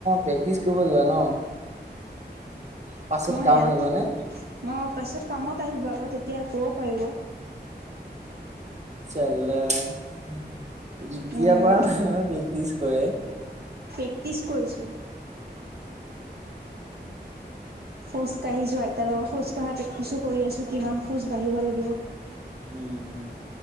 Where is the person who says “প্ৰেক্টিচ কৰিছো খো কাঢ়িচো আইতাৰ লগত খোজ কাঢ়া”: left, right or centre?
Right